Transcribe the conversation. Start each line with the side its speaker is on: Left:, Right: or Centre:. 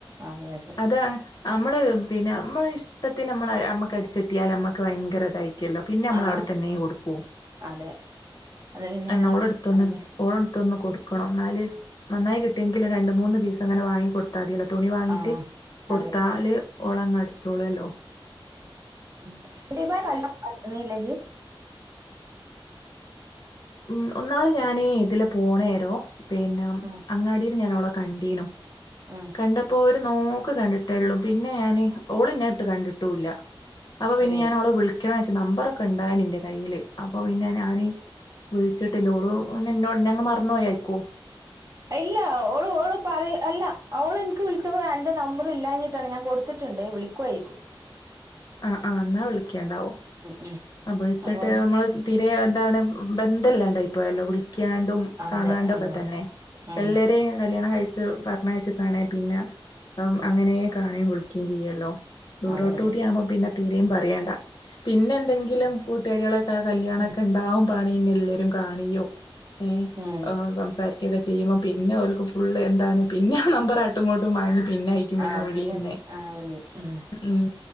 Right: അതെ അതെ
Left: അതാ അമ്മള് പിന്നെ മ്മളെ ഇഷ്ടത്തിന് മ്മളെ അമ്മക്ക് അടിച്ചിട്ടിയാൽ അമ്മക്ക് ഭയങ്കര തായി കെന്നൽ പിന്നെ അമ്മൾ
Right: ആ
Left: അവ്ടെ തന്നെ കൊടുക്കൂ
Right: അതെ അത് പിന്നെ
Left: എന്നാ ഓള് എടുതൊന്ന്
Right: ഭയങ്കര
Left: ഓൾ ത്ത് ഒന്ന് കൊടുക്കണം എന്നാല് നന്നായി കിട്ട്യേങ്കില് രണ്ട് മൂന്ന് പീസ് അങ്ങനെ വാങ്ങി കൊടുത്തദ്യല്ലോ തുണി വാങ്ങിറ്റ്
Right: ആ
Left: കൊട്ത്താല്
Right: അതെ
Left: ഒളങ്ങടിച്ചോളല്ലോ.?
Right: <unintelligible> കല്ല നീലെജി
Left: മ് ഒന്നാള് ഞാന് ഇതിലെ പൊണെരോ പിന്നാം
Right: ഉം
Left: അങ്ങാടി ഞാനോളെ കണ്ടീനു
Right: ഉം
Left: കണ്ടപ്പോ ര് നോക്ക് കണ്ട്ട്ടേള്ളു. പിന്നെ ഞാന് ഓള്ന്നെട്ട് കണ്ട്ട്ടൂല്ല അപ്പൊ പിന്നെ
Right: ഏ
Left: ഞാഓളെ വിളിക്കണച് നമ്പറൊക്കെ ണ്ടായ്നി ന്റെ കയ്യില് അപ്പൊ പിന്നെ ഞാന് വ്ൾച്ച്ട്ട്ല്ല ഓളു ന്നെ ന്നോ ന്നെ ങ്ങ് മറ്ന്നോയെക്കു.
Right: ഇല്ല ഓളു ഓള് പറ അല്ല ഓള് ൻക് വിളിച്ചപ്പോ അന്റെ നമ്പർ ഇല്ലഞ്ഞി <unintelligible> ഞാൻ കൊടുത്ത്ട്ട്ണ്ട് വിളിക്കുവായിക്കും.
Left: ആ ആ ന്നാ വിളിയ്ക്കണ്ടാവു
Right: ഉം
Left: ആ വിളിച്ചിട്ട്
Right: അപ്പം
Left: മ്മള് തീരെ താ വ്ണെ ബന്ധല്ലാണ്ടായി പോയല്ലോ വിളിയ്ക്കാണ്ടും
Right: അതെ
Left: കാണാണ്ടു ഒക്കെ
Right: അതെ
Left: തെന്നെ
Right: അതെ ഉം ആ
Left: എല്ലരെ കല്യാണം കഴി പർണെച്ട്ട്ണെ പിന്ന അങ്ങനെ കാണെ വ് ചെയ്യല്ലോ ദൂരോട്ടുടിയവുമ്പോ
Right: അതെ അതെ
Left: പിന്ന തീരേം പറയണ്ട പിന്നെ എന്തെങ്കി ങ്കിലും കൂട്ടുകാരിളൊക്കെകെ കല്യാണക്കെ
Right: ഉം
Left: ണ്ടാവുമ്പോ ണ് ഇന്നെല്ലെരും കാണിയു ഏ
Right: ഉം
Left: ഓ സംസാരിയ്കൊ കെ ചെയ്യുമ്പോ പിന്നെ ഓല്ക് ഫുള്ള് എന്താണ് പിന്ന ഹ് നമ്പർ ആട്ടും ങ്ങോട്ടും വാങ്ങി പിന്നെയ്ക്കും പിന്നെ
Right: ആ
Left: വിളിന്നെ
Right: പിന്നെതെ ആ വിളി ഉം
Left: മ്